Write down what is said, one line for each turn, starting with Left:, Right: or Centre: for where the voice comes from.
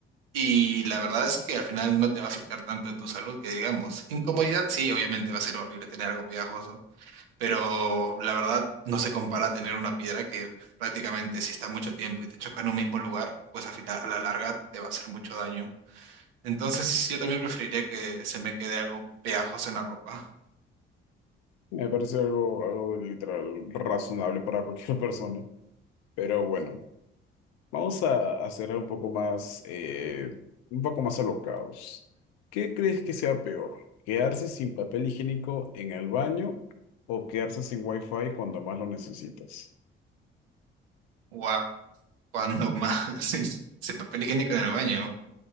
Right: y la verdad es que al final no te va a afectar tanto en tu salud que digamos. Incomodidad sí, obviamente va a ser horrible tener algo pegajoso, pero la verdad no se compara a tener una piedra que prácticamente si está mucho tiempo y te choca en un mismo lugar, pues al final, a la larga te va a hacer mucho daño. Entonces yo también preferiría que se me quede algo pegajoso en la ropa.
Left: Me parece algo, algo literal razonable para cualquier <laughs> persona. Pero bueno. Vamos a hacer un poco más, eh, un poco más alocados. ¿Qué crees que sea peor? ¿Quedarse sin papel higiénico en el baño o quedarse sin wifi cuando más lo necesitas?
Right: Wow, cuando más <laughs> sin, sin papel higiénico en el baño.